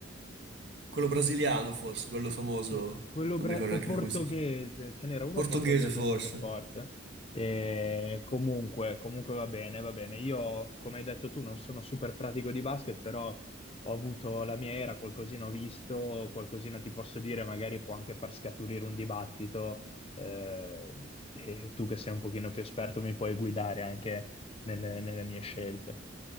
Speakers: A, on the right; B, on the left.
A: <laughs> quello brasiliano forse, quello famoso.
B: Que- Quello
A: Non
B: bra-
A: mi ricordo
B: o
A: neanche
B: portoghese,
A: più come si chiama.
B: ce n'era uno
A: Portoghese
B: portoghese
A: forse.
B: molto forte. E comunque, comunque va bene, va bene. Io, come hai detto tu, non sono super pratico di basket, però ho avuto la mia era, qualcosina ho visto, qualcosina ti posso dire, magari può anche far scaturire un dibattito. eh, e tu che sei un pochino più esperto mi puoi guidare anche nelle nelle mie scelte.